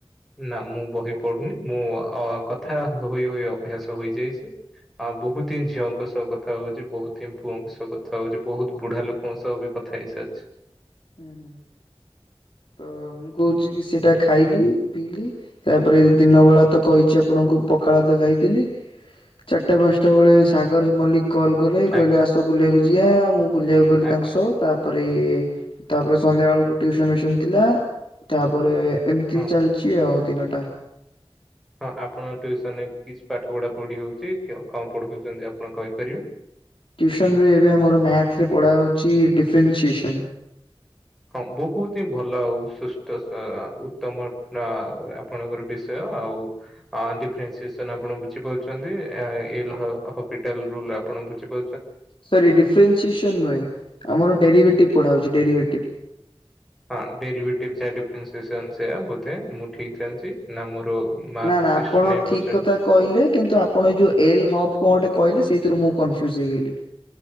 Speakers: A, in the centre; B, on the left.
A: ନା ମୁଁ ବହି ପଢୁନି ମୁଁ ଅ କଥା ହୋଇ ହୋଇ ଅଭ୍ୟାସ ହୋଇଯାଇଛି। ଆ ବହୁତ ହିଁ ଝିଅଙ୍କ ସହ କଥା ହଉଚି ବହୁତ ହିଁ ପୁଅଙ୍କ ସହ କଥା ହଉଚି ବହୁତ ବୁଢା ଲୋକଙ୍କ ସହ ବି କ ଥା ହେଇ ସାରିଚି।
B: ଉଁ ହୁଁ। ତ ମୁଁ କହୁଚି କି ସେଇଟା ଖାଇଲି ପିଇଲି ତା ପରେ ଦିନ ବେଳା ତ କହିଚି ଆପଣଙ୍କୁ କୁ ପଖାଳ ତ ଖାଇଥିଲି ଚାରିଟା ପାଞ୍ଚଟା ବେଳେ ସାଗର ମଲ୍ଲିକ କଲ୍ କଲେ
A: ଆଜ୍ଞା
B: କହିଲେ ଆସ ବୁଲିବାକୁ ଯିବା ମୁଁ ବୁଲିବାକୁ ଗଲି
A: ଆଜ୍ଞା
B: ତାଙ୍କ ସହ। ତା ପରେ ତା ପରେ ସନ୍ଧ୍ୟା ବେଳକୁ ଟିୟୁସନ୍ ଫିସନ୍ ଥିଲା। ତା ପରେ ଏମିତି
A: ହଁ
B: ଚାଲିଚି ଆଉ ଦିନଟା।
A: ହଁ ଆପଣ ଟ୍ୟୁସନରେ କିଛି ପାଠ ପଢା ପଢି ହଉଚି। କେ କଣ ପଢଉଚନ୍ତି ଆପଣ କହିପାରିବେ?
B: ଟ୍ୟୁସନରେ ଏବେ ଆମର ମ୍ୟାଥରେ ପଢ଼ା ହଉଚି ଡିଫେରନ୍ସିଏସନ୍।
A: ହଁ ବହୁତ ହିଁ ଭଲ ଆଉ ସୁସ୍ଥ ସ ଉତ୍ତମ ଅ ଆପଣଙ୍କର ବିଷୟ। ତ ଆଉ ଆଁ ଡିଫେରନ୍ସିଏସନ୍ ଆପଣ ବୁଝି ପାରୁଚନ୍ତି ଆ ଏ-ଏଲ୍ ହ-ହପିଟାଲ୍ ରୁଲ୍ ଅ ଆମର। ଆପଣ ବୁଝିପା
B: ସରି ଡିଫରେନ୍ସିଏସନ ନୁହେଁ ଆମର ଡେରିଭେଟିଭ୍ ପଢ଼ା ହଉଚି ଡେରିଟିଭ୍।
A: ହଁ ଡେରିଭେଟିଭ୍ ଯା ଡିଫରେନ୍ସିଏସନ୍ ସେଆ ବୋଧେ ମୁଁ ଠିକ୍ ଜାଣିଚି। ନା ମୋର ମାର୍କ
B: ନା ନା
A: ସିକ୍ସଟି
B: ଆପଣ
A: ନାଇନ ପରସେଣ୍ଟ
B: ଠିକ କଥା କହିଲେ କିନ୍ତୁ ଆପଣ ଏଇ ଯୋଉ ଏଲ ହବ୍ କଣଟେ କହିଲେ ସେଇଥିରୁ ମୁଁ କନଫ୍ୟୁଜ୍ ହେଇଗଲି।